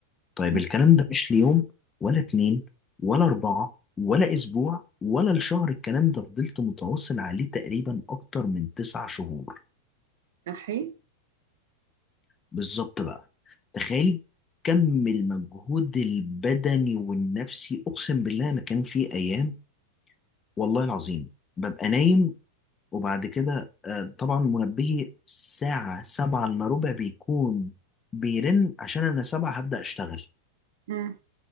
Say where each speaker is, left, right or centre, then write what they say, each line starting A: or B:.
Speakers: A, on the left (about 20°); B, on the right (about 55°).
A: طيب
B: مم.
A: الكلام ده مش ليوم ولا اتنين ولا أربعة ولا أسبوع ولا الشهر الكلام ده فضلت متواصل عليه تقريبا أكتر من تسع شهور
B: احي
A: بالظبط بقى تخيلي كم المجهود البدني والنفسي أقسم بالله أنا كان في أيام والله العظيم ببقى نايم وبعد كده آه، طبعا منبهي الساعة سبعة إلا ربع بيكون بيرن عشان أنا سبعة هبدأ أشتغل
B: مم.